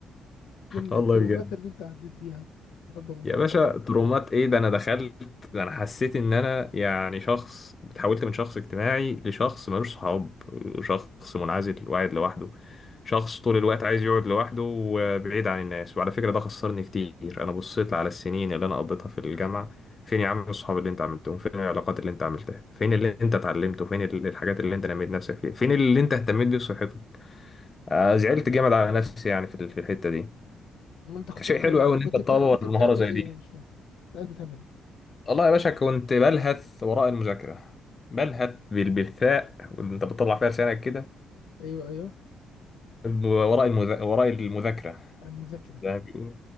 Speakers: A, on the left; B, on the left.
A: يمكن
B: والله
A: الترومات
B: بجد
A: اللي انت عديت بيها حب من
B: يا
A: طرف
B: باشا ترومات ايه ده انا دخلت ده انا حسيت ان انا يعني شخص اتحولت من شخص اجتماعي لشخص ملوش صحاب شخص منعزل وقاعد لوحده شخص طول الوقت عايز يقعد لوحده وبعيد عن الناس وعلى فكرة ده خسرني كتير انا بصيت على السنين اللي انا قضيتها في الجامعة فين يا عم الصحاب اللي انت عملتهم فين العلاقات اللي انت عملتها فين اللي انت اتعلمته فين ال- الحاجات اللي انت نميت نفسك فيها فين اللي انت اهتميت بيه بصحتك آه، زعلت جامد على نفسي يعني في ال- في الحتة دي
A: ما انت كنت
B: شيء
A: بتعمل
B: حلو قوي
A: إيه؟
B: ان
A: كنت
B: انت تطور
A: بتا... كنت
B: مهارة
A: بتعمل
B: زي
A: ايه
B: دي
A: مش فاهم انت قاعد بتعمل ايه
B: والله يا باشا كنت بلهث وراء المذاكرة بلهث بال- بالثاء وانت بتطلع فيها لسانك كده
A: ايوه ايوه
B: وراء المذا... وراء المذاكرة
A: المذاكره
B: زي ما بيقولوا